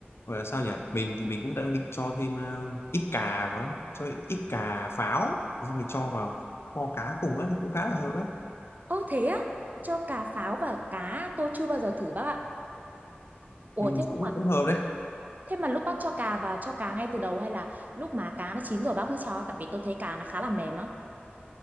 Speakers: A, on the left (about 85°); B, on the right (about 45°).
A: gọi là sao nhỉ mình thì mình cũng đang định cho thêm ờ, ít cà vào cho ít ít cà pháo rồi xong thì cho vào kho cá cùng á thì cũng khá là hợp ấy
B: Ơ thế á, cho cà pháo và cá tôi chưa bao giờ thử bác ạ. Ủa
A: ừ,
B: thế
A: cũng
B: mà
A: cũng hợp đấy
B: thế mà lúc bác cho cà vào cho cá ngay từ đầu hay là lúc mà cá nó chín rồi bác mới cho? Tại vì tôi thấy cá nó khá là mềm á.